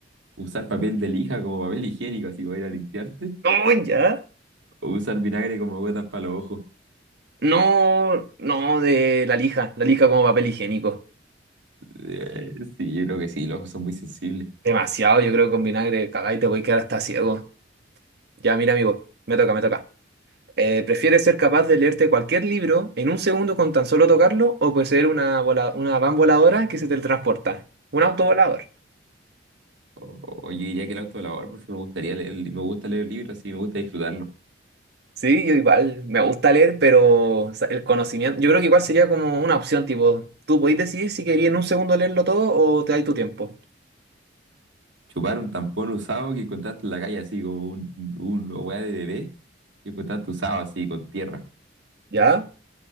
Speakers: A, on the right (about 75°); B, on the right (about 60°).
A: Usar papel de lija como papel higiénico, así para ir a limpiarte.
B: No, ya.
A: O usar vinagre como gotas para los ojos.
B: No, no, de la lija. La lija como papel higiénico.
A: Eh, sí, yo creo que sí, los ojos son muy sensibles.
B: Demasiado, yo creo que con vinagre cagáis te voy a quedar hasta ciego. Ya, mira, amigo, me toca, me toca. Eh, ¿prefieres ser capaz de leerte cualquier libro en un segundo con tan solo tocarlo o poseer una, vola- una van voladora que se teletransporta? Un autovolador.
A: O, o yo diría que el autolavor, porque me gustaría leer, me gusta leer libros y me gusta disfrutarlo.
B: Sí, yo igual, me gusta leer, pero o sea, el conocimiento, yo creo que igual sería como una opción, tipo, tú podés decidir si querías en un segundo leerlo todo o te dais tu tiempo,
A: Chupar un tampón usado que encontraste en la calle, así como un, un una weá de bebé que encontraste usado, así, con tierra.
B: ¿ya?